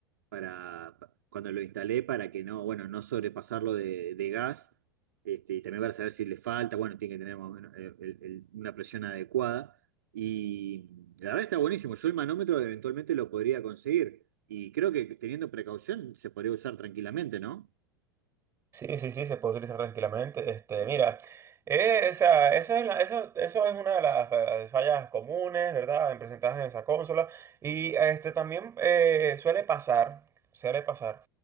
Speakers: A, on the right; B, on the right.
A: para pa- cuando lo instalé para que no, bueno, no sobrepasarlo de, de gas. Este, y también para saber si le falta, bueno, tiene que tener más o menos, eh, el- el- una presión adecuada. Y la verdad está buenísimo. Yo el manómetro eventualmente lo podría conseguir. Y creo que teniendo precaución se podría usar tranquilamente, ¿no?
B: Sí, sí, sí, se puede utilizar tranquilamente. Este, mira, eh, o sea, eso es, la- eso, eso es una de las eh, fallas comunes, ¿verdad? En presentadas en esa consola. Y este, también eh, suele pasar, suele pasar,